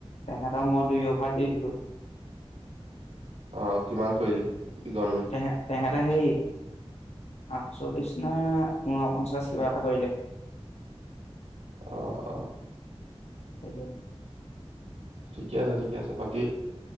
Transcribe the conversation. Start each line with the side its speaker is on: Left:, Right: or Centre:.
Left: তেহত আৰু মই দুই অভাৰ দি দিলোঁ।
Right: অ কিমান কৰিলি? ইকনমি
Left: হে তেহেটা সেই আঠচল্লিশ নে ঊনপঞ্চাশ কিবা এটা কৰিলে
Right: অ অ
Left: হেল্ল'?
Right: ঠিকে আছে ঠিকে আছে বাকী